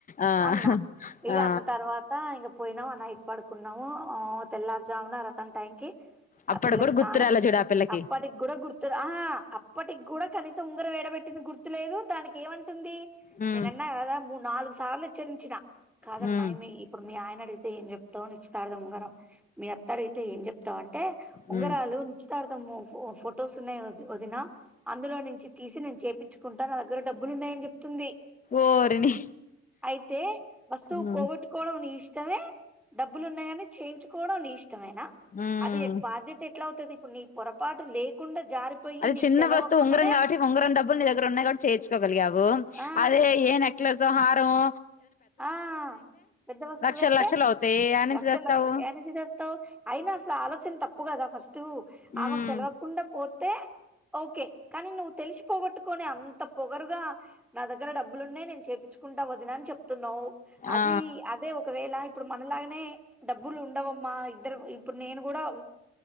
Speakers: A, on the left; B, in the centre.
A: ఆ
B: అన్నా ఇక
A: ఆ
B: అన్న తర్వాత ఇ పోయినావ నైట్ పడుకు నాము ఆ తెల్లారుజామున తం టైంకి
A: అప్పుడు
B: ఆ పిల్లకి
A: కూడా
B: స్నానం
A: గుత్తురాల చూడు పిల్లకి
B: అప్పటికి గూడా గు గుర్తు ఆహా అప్పటికి కూడా కనీసం ఉంగరం యేడబెట్టింది గుర్తులేదు దానికి ఏమంటుంది
A: మ్మ్
B: నేనన్నా గదా మూడ్ నాలుగు సార్లు హెచ్చరించిన కాదమ్మాయ్
A: మ్మ్
B: మీ ఇప్పుడు మీ ఆయన అయితే ఏం చెప్తావ్ నిశ్చితార్థం ఉంగరం మీ అత్త అడిగితే ఏం చెప్ తావ్ అంటే
A: మ్మ్
B: ఉంగరాలు నిశ్చితార్థం ఫో ఫొటోస్ ఉన్నాయ వదినా అందులో నుంచి తీసి నేను చేపించుకుంటా నా దగ్గర డబ్బులు ఉన్నాయని చెప్ తుంది
A: ఓరిని
B: అయితే వస్తువు
A: మ్మ్
B: పోగొట్టుకోవడం నీ ఇష్ ఇష్టమే డబ్బులు ఉన్నాయని చేయించుకోవడం నీ ఇష్ ఇష్టమేనా
A: మ్మ్
B: అది బాధ్యత ఎట్లా అవుతుది నీ పొరపాటు లేకుండా
A: అది
B: నీకు
A: చిన్న
B: తెలవకుండానే
A: వస్తువు ఉంగరం కాబట్టి ఉంగరం డబ్బులు నీ దగ్గర ఉన్నాయి కాటి చేర్చుకోగలిగావు
B: ఆ
A: అదే ఏ నెక్లేస్సో హారమొ
B: ఆ పెద్ద వస్తువు
A: లక్షలు
B: అయితే
A: లక్షలు అవుతాయి యాడ నుంచి
B: లక్ష
A: తెస్తావు
B: లక్ష యాన్నించి తెస్తావు అయినా అసలు ఆలోచన తప్పు కదా ఫస్ స్ట్
A: ఉమ్
B: ఆమెకు తెలవకుండ పో తే ఓకే కానీ నువ్వు తెలిసి పోగొట్టుకొని అంత పొగరుగా నా దగ్గర డబ్బులు ఉన్నాయి నేను చేపిచ్చుకుంటా వదిన అని చెప్ తున్నావ్ అది
A: ఆ
B: అదే ఒ ఒకవేలా ఇప్పుడు మనలాగ నే డబ్బులు ఉండవమ్మా ఇద్దరు ఇప్పుడు నేను కూడా